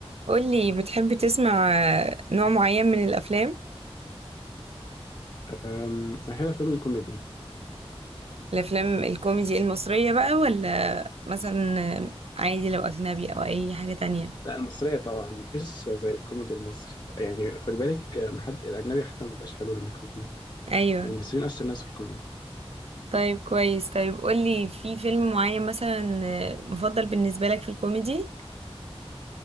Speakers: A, on the right; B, on the left.
A: قولي بتحب تسمع آه، نوع معين من الأفلام
B: أم، أحب أفلام الكوميدي
A: الأفلام الكوميدي المصرية بقى ولا مثلا آه، عادي لو أجنبي أو أي حاجة تانية
B: لا المصرية طبعا مفيش زي الكوميدي المصري يعني خد بالك أم، حد الأجنبي حتى مبيبقاش حلو لما يكون كوميدي
A: أيوة
B: يعني المصريين أشطر ناس في الكوميدي
A: طيب كويس طيب قولي في فيلم معين مثلا آه، مفضل بالنسبة لك في الكوميدي